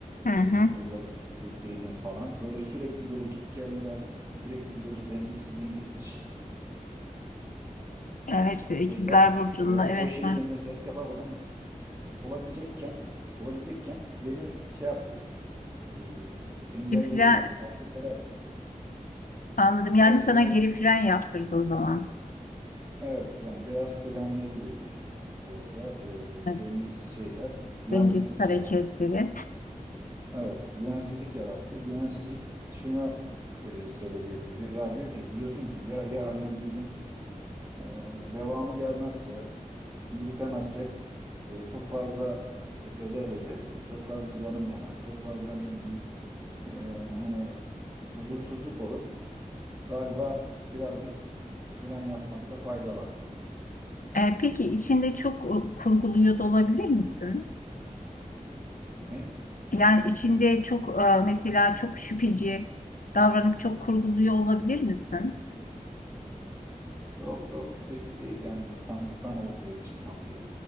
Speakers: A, on the left; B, on the right.
A: Hı hı.
B: E, bir kızla birlikteydim falan. Böyle sürekli böyle gitgeller, sürekli böyle dengesiz dengesiz
A: Evet, ikizler
B: şeyler.
A: burcunda
B: E, o
A: evet
B: şeyi ben mesela ilk defa o zaman olabilecekken olabilecekken beni şey yaptı. e, engelledi
A: var.
B: yani karşı taraf.
A: Anladım. Yani
B: Evet,
A: sana geri fren yaptırdı o zaman.
B: Evet yani biraz frenledi beni yani orada. Ee,
A: Evet,
B: dengesiz şeyler güvensizlik
A: dengesiz hareketleri.
B: yarattı. Evet güvensizlik yarattı. Güvensizlik şuna e, sebebiyet veriyor. Ya diyor ki diyorsun ki ya yarın bir gün e, devamı gelmezse yürütemezsek e, çok fazla bedel öderim. Çok fazla canım yanar. Çok fazla ne bileyim e, hani huzursuzluk olur. Galiba birazcık fren yapmakta fayda var.
A: E, peki içinde çok e, kurguluyor da olabilir misin?
B: Ne?
A: Yani içinde çok e, mesela çok şüpheci davranıp çok kurguluyor olabilir misin?
B: Yok yok şüpheci değil yani kanıttan ortaya çıkmam